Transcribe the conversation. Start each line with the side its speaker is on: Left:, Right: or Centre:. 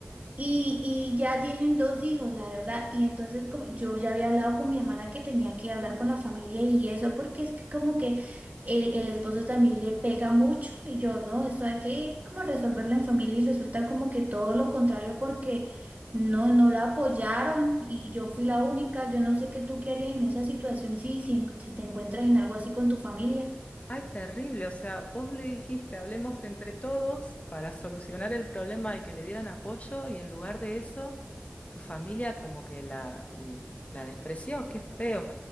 Right: Y, y ya tienen dos hijos, la verdad. Y entonces como yo ya había hablado con mi hermana que tenía que hablar con la familia y eso, porque es que como que el, el esposo también le pega mucho y yo, no, eso hay que como resolverlo en familia y resulta como que todo lo contrario porque no, no la apoyaron y yo fui la única. Yo no sé qué tú qué harías en esa situación si, si, si te encuentras en algo así con tu familia.
Left: Ay, terrible. O sea, vos le dijiste, hablemos de entre todos para solucionar el problema y que le dieran apoyo y en lugar de eso, tu familia como que la, l- la despreció. Qué feo.